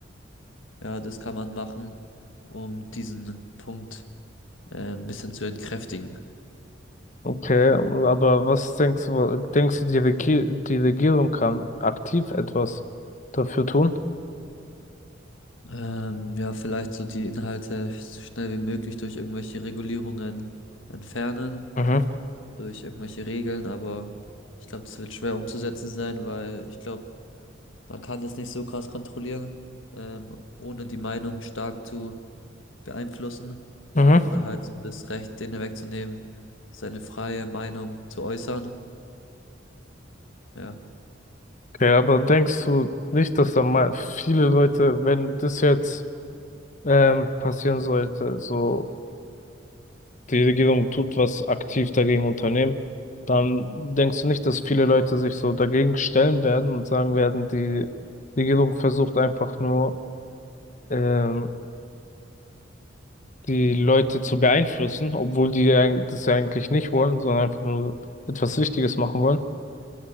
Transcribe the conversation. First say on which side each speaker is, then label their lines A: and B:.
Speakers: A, on the left (about 85°); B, on the left (about 40°).
A: Ja, das kann man machen, um diesen Punkt äh, ein bisschen zu entkräftigen.
B: Okay, aber was denkst du, denkst du, die Regi- die Regierung kann aktiv etwas dafür tun?
A: Ähm, ja, vielleicht so die Inhalte so schnell wie möglich durch irgendwelche Regulierungen entfernen,
B: Mhm.
A: durch irgendwelche Regeln, aber ich glaube, das wird schwer umzusetzen sein, weil ich glaube, man kann das nicht so krass kontrollieren, ähm, ohne die Meinung stark zu beeinflussen
B: Mhm.
A: oder halt so das Recht, denen wegzunehmen, seine freie Meinung zu äußern. Ja.
B: Okay, aber denkst du nicht, dass da mal viele Leute, wenn das jetzt ähm, passieren sollte, so die Regierung tut was aktiv dagegen unternehmen, dann denkst du nicht, dass viele Leute sich so dagegen stellen werden und sagen werden, die Regierung versucht einfach nur ähm, die Leute zu beeinflussen, obwohl die ja das ja eigentlich nicht wollen, sondern einfach nur etwas Wichtiges machen wollen.